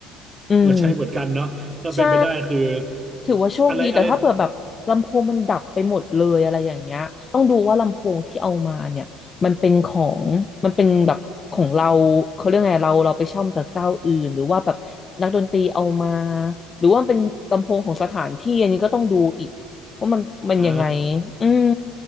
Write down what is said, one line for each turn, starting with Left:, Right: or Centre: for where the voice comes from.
Left: อืม
Right: มาใช้เหมือนกันเนาะถ้าเป็นไปได้คือ
Left: ใช่ถือว่าโชคดี
Right: อะไรอะไร
Left: แต่ถ้าเปิดแบบลำโพงมันดับไปหมดเลยอะไรอย่างเงี้ย ต้องดูว่าลำโพงที่เอามาเนี่ยมันเป็นของมันเป็นแบบของเราเขาเรียกไงเราเราไปเช่ามาจากเจ้าอื่นหรือว่าแบบนักดนตรีเอามาหรือว่ามันเป็นลำโพงของสถานที่อันนี้ก็ต้องดูอีกว่ามันมันยังไง
Right: อ่า
Left: อืม